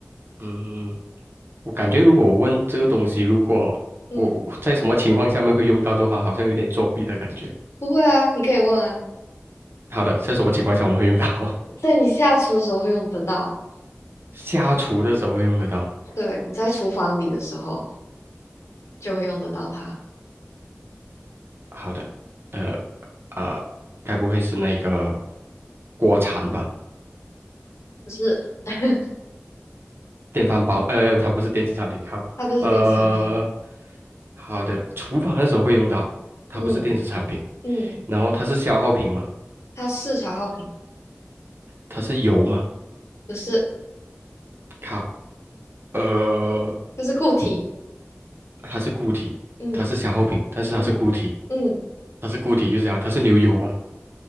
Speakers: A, on the right; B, on the left.
A: 嗯，我感觉如果我问这个东西，如果我我在什么情况下面会用到的话，
B: 嗯，
A: 好像有点作弊的感觉。
B: 不会啊，你可以问啊。
A: 好的，在什么情况下我们会用到？
B: 在你下厨的时候会用得到，
A: <laughs> 下厨的时候会用得到。
B: 对，你在厨房里的时候就会用得到它。
A: 好的，呃啊、该不会是那个锅铲吧？
B: 不是，<laughs>
A: 电饭煲？呃，它不是电子产品，靠。
B: 它不是电子产品，
A: 呃，好的，厨房的时候会用到，它不是电子产品。
B: 嗯嗯，
A: 然后它是消耗品嘛？
B: 它是消耗品，
A: 它是油嘛？
B: 不是，
A: 靠，呃，
B: 它是固体，
A: 它是固体，
B: 嗯
A: 它是消耗品，但是它是固体，
B: 嗯嗯，
A: 它是固体，就是讲它是牛油嘛？